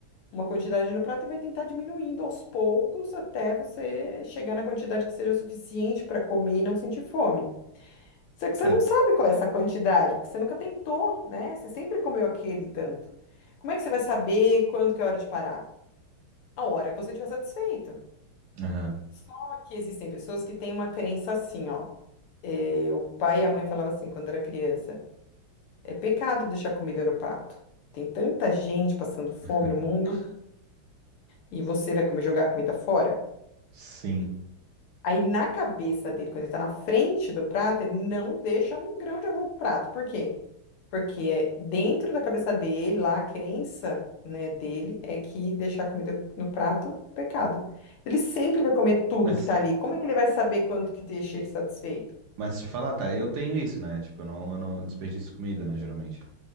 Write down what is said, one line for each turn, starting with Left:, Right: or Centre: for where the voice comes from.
Left: uma quantidade no prato e vai tentar diminuindo aos poucos até você chegar na quantidade que seja suficiente para comer e não sentir fome. Só que
Right: Certo.
Left: você não sabe qual é essa quantidade, porque você nunca tentou, né? Você sempre comeu aquele tanto. Como é que você vai saber quando que é a hora de parar? A hora que você estiver satisfeito.
Right: Aham.
Left: Só que existem pessoas que têm uma crença assim, ó. É, o pai e a mãe falavam assim quando era criança: é pecado deixar comida no prato. Tem tanta gente passando fome
Right: <laughs>
Left: no mundo e você vai comer jogar a comida fora?
Right: Sim.
Left: Aí na cabeça dele, quando ele tá na frente do prato, ele não deixa um grão de arroz no prato. Por quê? Porque é dentro da cabeça dele, lá, a crença, né, dele é que deixar comida no prato é pecado. Ele sempre vai comer tudo
Right: Mas,
Left: que tá ali. Como é que ele vai saber quanto que deixa ele satisfeito?
Right: mas te falar, tá, eu tenho isso, né? Tipo, eu não, eu não desperdiço comida, né, geralmente.